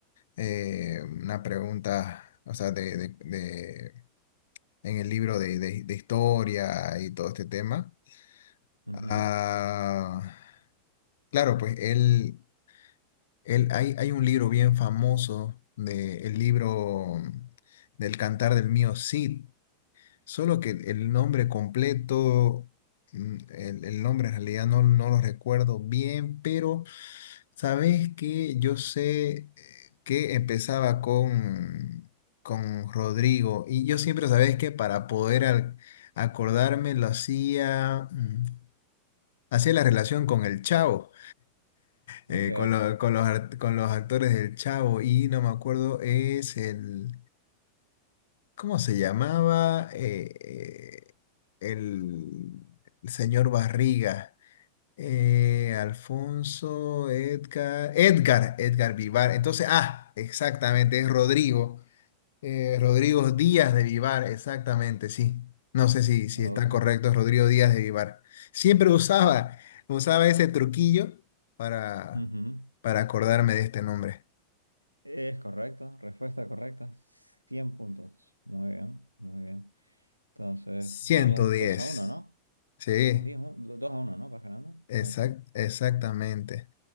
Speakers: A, on the left; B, on the right.
A: eh, una pregunta, o sea, de, de- de- en el libro de, de- de historia y todo este tema.
B: Ujú,
A: Ah, claro, pues él. El- hay, hay un libro bien famoso, de, el libro del Cantar del Mío Cid, solo que el nombre completo, mm, el, el nombre en realidad no, no lo recuerdo bien, pero sabes que yo sé eh, que empezaba con, con Rodrigo, y yo siempre sabes que para poder al- acordarme lo hacía, mm, hacía la relación con el Chavo
B: Ok,
A: eh, con, lo- con los, art- con los actores del Chavo y no me acuerdo, es el, ¿cómo se llamaba? Eh, eh, el, el señor Barriga, eh, Alfonso, Edgar, Edgar, Edgar Vivar. Entonces, ah, exactamente, es Rodrigo. Eh, Rodrigo Díaz de Vivar, exactamente, sí. No sé si, si
B: ok.
A: está correcto, Rodrigo Díaz de Vivar. Siempre usaba,
B: Es,
A: usaba ese truquillo para,
B: ujú,
A: para acordarme de este nombre.
B: es correcto, respuesta correcta. cien puntos. Muy bien, muy bien. Entonces,
A: Ciento
B: vamos
A: diez,
B: 2 a uno, ¿no?
A: Sí,
B: Dos 10 un- 2 a uno, ¿no? ¿Vas ganando?
A: exact,
B: Ok,
A: exactamente.